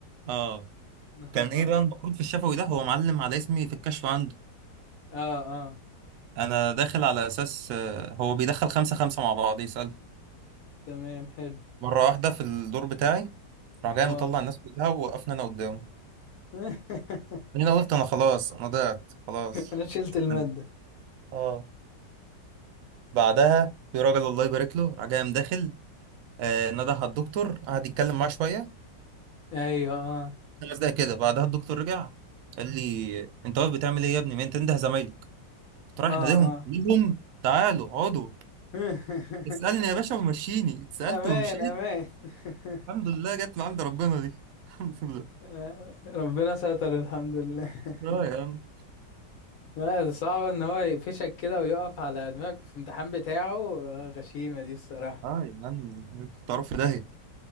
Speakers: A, on the right (about 75°); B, on the left (about 60°).
A: اه
B: <laughs>
A: كان ايه بقى المفروض
B: اه
A: في الشفوي ده هو معلم على اسمي في الكشف عنده
B: اه
A: انا داخل على اساس آه، هو بيدخل خمسة خمسة مع بعض يسأل
B: تمام حلو
A: مرة واحدة في الدور بتاعي راح جاي
B: اه
A: مطلع الناس كلها ووقفنا انا قدامه
B: <laughs>
A: هنا قلت انا خلاص انا ضعت خلاص
B: انا شلت
A: استنى.
B: المادة
A: اه بعدها في راجل الله يبارك له راح جاي داخل آه نده على الدكتور قعد يتكلم معاه شويه
B: ايوه اه
A: خمس دقايق كده بعدها الدكتور رجع قال لي انت واقف بتعمل ايه يا ابني ما انت انده زمايلك قلت رايح
B: اه
A: ناديهم
B: اه
A: كلهم تعالوا اقعدوا
B: <laughs>
A: اسألني يا باشا ومشيني اتسألت
B: امان
A: ومشيت
B: امان <laughs>
A: الحمد لله جت من عند ربنا دي <laughs> الحمد لله
B: آه، ربنا ستر الحمد لله <laughs>
A: اه يا عم
B: لا ده صعب ان هو يقفشك كده ويقف على دماغك في الامتحان بتاعه آه، غشيمة دي الصراحة
A: اه يا عم كنت اعرف في داهية